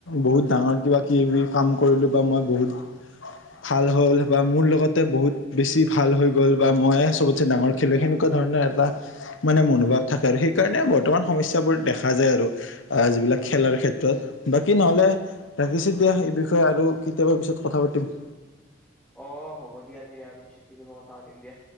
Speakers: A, on the left; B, in the centre.
A: বহুত ডাঙৰ কিবা কি কাম কৰিলো বা মই বহুত- ভাল হ'ল বা মোৰ লগতে বহুত বেছি ভাল হৈ গ'ল বা মই চবতে ডাঙৰ খেলোঁ সেনেকুৱা ধৰণৰ এটা- মানে মনোভাৱ থাকে আৰু সেইকাৰণে বৰ্তমান সমস্যাবোৰ দেখা যায় আৰু। আহ যিবিলাক খেলাৰ ক্ষেত্ৰত- বাকী নহলে ৰাখিছো দিয়া। এই বিষয়ে আৰু কেতিয়াবা পিছত কথা পাতিম।
B: অঁ হ'ব দিয়া তে আৰু পিছত কি কিবি কথা পাতিম দিয়া।